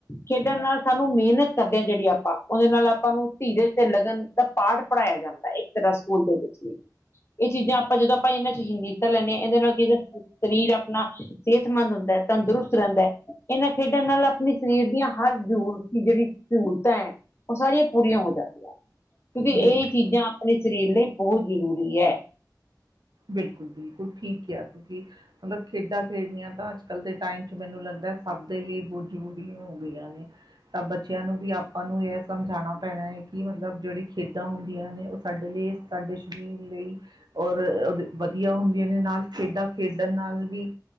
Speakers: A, on the left (about 35°); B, on the right (about 70°).
A: ਖੇਡਣ ਨਾਲ ਸਾਨੂੰ ਮਿਹਨਤ ਕਰਦੇ ਹਾਂ ਜਿਹੜੀ ਆਪਾਂ ਉਹਦੇ ਨਾਲ ਆਪਾਂ ਨੂੰ ਧੀਰੇ ਤੇ ਲਗਨ ਦਾ ਪਾਠ ਪੜ੍ਹਾਇਆ ਜਾਂਦਾ ਇੱਕ ਤਰ੍ਹਾਂ ਸਕੂਲ ਦੇ ਵਿੱਚ ਵੀ ਇਹ ਚੀਜ਼ਾਂ ਆਪਾਂ ਜਦੋਂ ਆਪਾਂ ਇਹਨਾਂ ਚ ਹੀਨੀਤਾ ਲੈਂਦੇ ਹਾਂ ਇਹਦੇ ਨਾਲ ਕੀ ਸਰੀਰ ਆਪਣਾ ਸਿਹਤਮੰਦ ਹੁੰਦਾ ਐ। ਦਰੁਸਤ ਰਹਿੰਦਾ ਐ। ਇਹਨਾਂ ਖੇਡਾਂ ਨਾਲ ਆਪਣੇ ਸਰੀਰ ਦੀਆਂ ਹਰ ਜ਼ੂਰ ਜਿਹੜੀ ਸਹੂਲਤਾਂ ਐ ਉਹ ਸਾਰੀਆਂ ਪੂਰੀਆਂ ਹੋ ਜਾਂਦੀਆਂ ਨੇ, ਕਿਉਂਕਿ
B: ਬਿਲਕੁਲ।
A: ਇਹ ਚੀਜ਼ਾਂ ਆਪਣੇ ਸਰੀਰ ਲਈ ਬਹੁਤ ਜ਼ਰੂਰੀ ਐ।
B: ਬਿਲਕੁਲ- ਬਿਲਕੁਲ ਠੀਕ ਕਿਆ ਤੁਸੀਂ ਮਤਲਬ ਖੇਡਾਂ ਖੇਡਣੀਆਂ ਤਾਂ ਅੱਜ ਕੱਲ੍ਹ ਦੇ ਟਾਈਮ ਚ ਮੈਨੂੰ ਲੱਗਦਾ ਸਭ ਦੇ ਲਈ ਬੋਤ ਜ਼ਰੂਰੀ ਹੋ ਗਈਆਂ ਨੇ। ਤਾਂ ਬੱਚਿਆਂ ਨੂੰ ਵੀ ਆਪਾਂ ਨੂੰ ਇਹ ਸਮਝਾਣਾ ਪੈਣਾ ਹੈ ਕੀ ਮਤਲਬ ਜਿਹੜੀ ਖੇਡਾਂ ਹੁੰਦੀਆਂ ਨੇ ਉਹ ਸਾਡੇ ਲਈ ਸਾਡੇ ਸਰੀਰ ਲਈ ਔਰ -ਔਰ ਵਧੀਆ ਹੁੰਦ ਜਿਹਦੇ ਨਾਲ ਖੇਡਾਂ ਖੇਡਣ ਨਾਲ ਵੀ